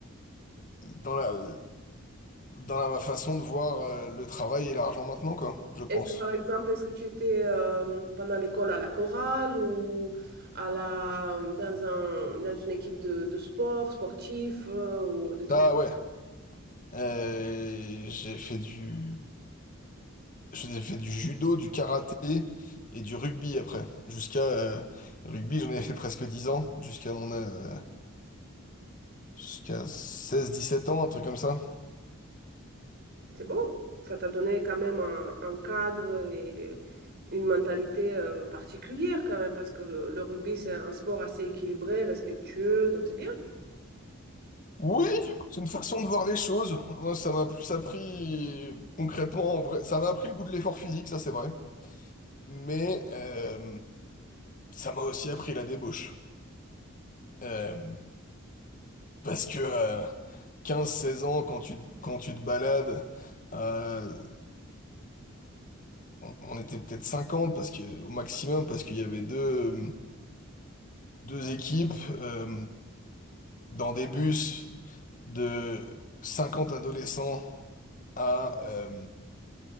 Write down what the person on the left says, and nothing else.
dans la, dans la façon de voir euh, le travail et l'argent maintenant, quoi, je pense.
Ah ouais, euh, j'ai fait du, j'ai fait du judo, du karaté et du rugby après. Jusqu'à euh, rugby, j'en ai fait presque 10 ans, jusqu'à mon, euh, Jusqu'à seize dix-sept ans, un truc comme ça.
Oui, c'est une façon de voir les choses. Moi, ça m'a plus appris concrètement, en vrai. Ça m'a appris le goût de l'effort physique, ça c'est vrai. Mais euh, ça m'a aussi appris la débauche. Euh, parce que euh, quinze seize ans, quand tu, quand tu te balades, euh, on on était peut-être 50 parce que, au maximum, parce qu'il y avait deux, deux équipes euh, dans des bus de cinquante adolescents à euh,